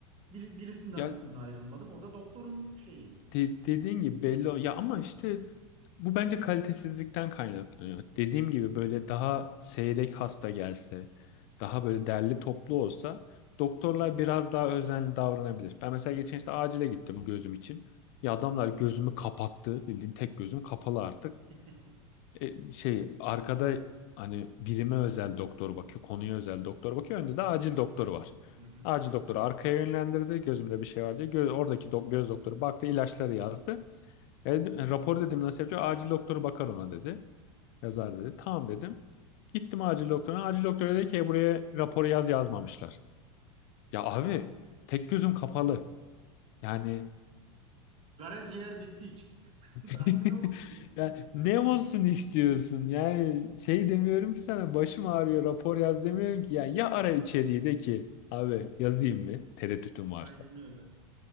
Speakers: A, on the right; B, on the left.
A: bir, birisinden
B: Ya
A: memnun ayrılmadım. O da doktorun şeyi.
B: de- dediğin gibi belli o. Ya ama işte bu bence kalitesizlikten kaynaklanıyor. Dediğim gibi böyle daha seyrek hasta gelse, daha böyle derli toplu olsa doktorlar biraz daha özenli davranabilir. Ben mesela geçen işte acile gittim gözüm için. Ya adamlar gözümü kapattı. Bildiğin tek gözüm kapalı artık.
A: <laughs>
B: E, şey arkada hani birime özel doktor bakıyor, konuya özel doktor bakıyor. Önde de acil doktoru var.
A: Hı hı.
B: Acil doktoru arkaya yönlendirdi. Gözümde bir şey var diye. Gö- oradaki do- göz doktoru baktı, ilaçları yazdı. E, e, rapor dedim nasıl yapacağım? Acil doktoru bakar ona dedi. Yazar dedi. Tamam dedim. Gittim acil doktoruna. Acil doktor dedi ki "E, buraya raporu yaz yazmamışlar. Ya abi tek gözüm kapalı. Yani
A: Karaciğer bitik. <laughs> Daha
B: <laughs>
A: ne olsun? <laughs> Ne
B: Yani
A: diyorsun?
B: ne olsun istiyorsun? Yani şey demiyorum ki sana başım ağrıyor rapor yaz demiyorum ki. Yani ya ara içeriği de ki abi yazayım mı tereddütün varsa.
A: Aynen öyle.